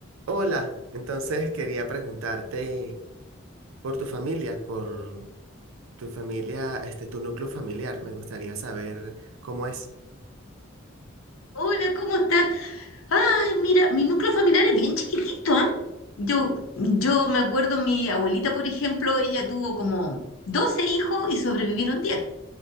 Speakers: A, on the right; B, on the left.
A: Hola, entonces quería preguntarte por tu familia, por tu familia, este, tu núcleo familiar. Me gustaría saber cómo es.
B: Hola, ¿cómo estás? Ay, mira, mi núcleo familiar es bien chiquitito, ¿ah? Yo, yo me acuerdo, mi abuelita, por ejemplo, ella tuvo como 12 hijos y sobrevivieron 10.